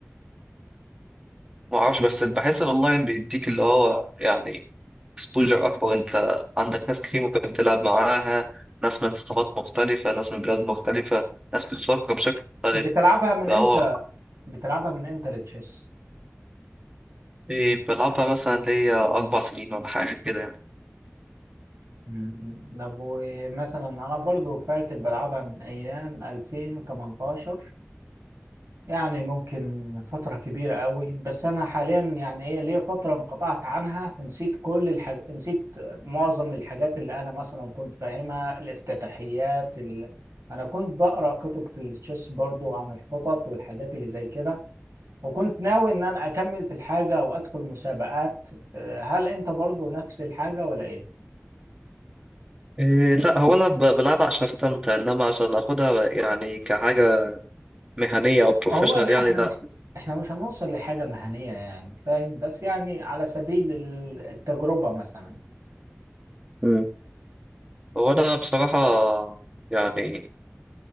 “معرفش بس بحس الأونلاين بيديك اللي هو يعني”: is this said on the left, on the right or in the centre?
Right